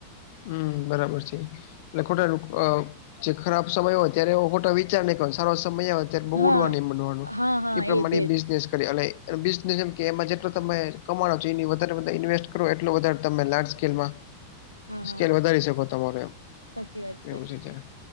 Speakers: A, on the left; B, on the right.
A: હમ બરાબર છે એટલે ખોટા <inaudible> જે ખરાબ સમય હોય ત્યારે એ ખોટા વિચાર નનેં કો સારો સમય અ બહુ
B: હા
A: ઉડવાનું બનવાનું
B: હા હા
A: એ પ્રમાણે
B: એજ એજ
A: બિઝનેસ કરી એ એ બિઝનેસ એમ કે એમાં જેટલો તમે કમાણો છો એની વધારે બા ઇન્વેસ્ટ કરો એટલો વધારે તમે લ્ સ્કેલમાં
B: હા
A: સ્કેલ
B: હા
A: વધારી શકો તમાર એમ
B: સાચી વાત છે.
A: એવું ત્યારે.